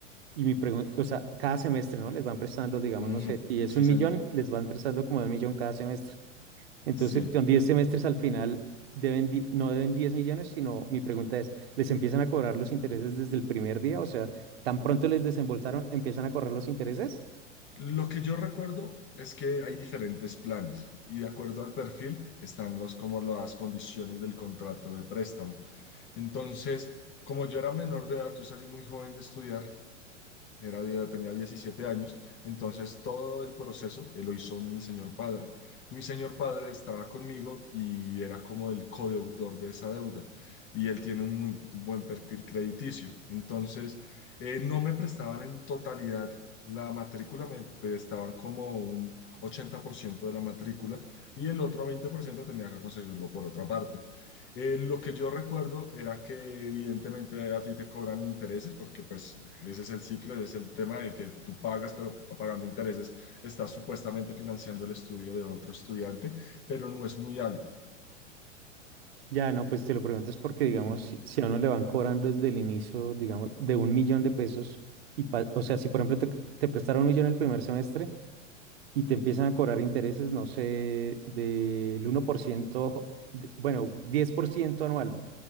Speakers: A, on the right (about 50°); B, on the left (about 30°).
A: Y mi pregunta, o sea, cada semestre, ¿no? Les van prestando, digamos,
B: Ujú,
A: no sé, y es
B: Sí,
A: un
B: señor.
A: millón, les van prestando como un millón cada semestre. Entonces,
B: Sí.
A: son 10 semestres al final, deben, di- no deben 10 millones, sino mi pregunta es, ¿les empiezan a cobrar los intereses desde el primer día? O sea, ¿tan pronto les desembolsaron, empiezan a correr los intereses?
B: Lo que yo recuerdo es que hay diferentes planes y de acuerdo al perfil están los como las condiciones del contrato de préstamo. Entonces, como yo era menor de edad, yo salí muy joven de estudiar, era, ya tenía 17 años, entonces todo el proceso eh, lo hizo mi señor padre. Y mi señor padre estaba conmigo y era como el codeudor de esa deuda. Y él tiene un muy buen perfil crediticio. Entonces, eh, no me prestaban en totalidad la matrícula, me prestaban como un 80% de la matrícula y el otro 20% tenía que conseguirlo por otra parte. Eh, lo que yo recuerdo era que evidentemente a ti te cobran intereses porque pues ese es el ciclo, ese es el tema de que tú pagas, pero pagando intereses estás supuestamente financiando el estudio de otro estudiante, pero no es muy alto.
A: Ya, no, pues te lo pregunto es porque, digamos, si, si a uno le van cobrando desde el inicio, digamos, de un millón de pesos, y pa- o sea, si por ejemplo te, te prestaron un millón el primer semestre y te empiezan a cobrar intereses, no sé, del 1%, de- bueno, 10% anual.